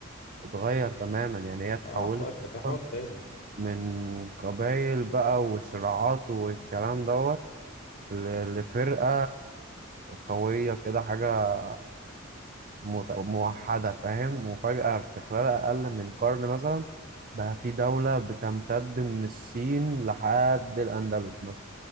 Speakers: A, on the right; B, on the left.
A: اتغير تماما يعني هي اتحولت
B: اه حوار ده
A: اصلا
B: حوار تاني
A: من قبايل بقى وصراعات والكلام دوت ل- لفرقة قوية كده حاجة مت- موحدة فاهم وفجأة في خلال أقل من قرن مثلا بقى في دولة بتمتد من الصين لحد الأندلس مثلا